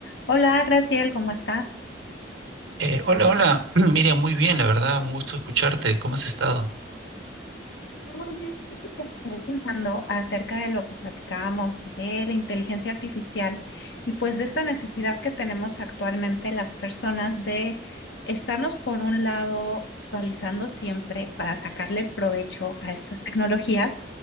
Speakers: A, on the left (about 65°); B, on the right (about 80°).
A: Hola, Graciel, ¿cómo estás?
B: Eh, hola, hola. <clears throat> Miriam, muy bien, la verdad, un gusto escucharte. ¿Cómo has estado?
A: Muy bien, fíjese que me quedé pensando. acerca de lo que platicábamos de la inteligencia artificial y pues de esta necesidad que tenemos actualmente las personas de estarnos por un lado actualizando siempre para sacarle el provecho a estas tecnologías